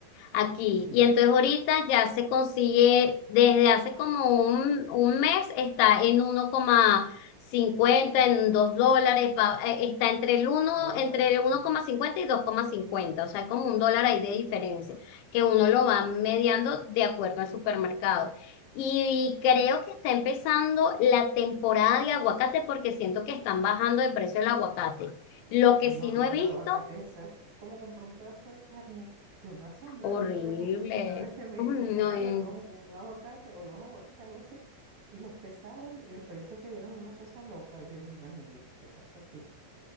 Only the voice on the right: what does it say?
Sí.
La bajaba.
ujú.
Ah,
no,
el,
el
aguacate, eso, cómo compré un pedazo de carne. Yo me asombré
la otra vez, un- una vez que mi
cuñada
agarró un, un aguacate o dos aguacates, algo así, y los pesaron y el precio que dieron una cosa loca. Yo dije, bueno, ¿y qué pasó aquí?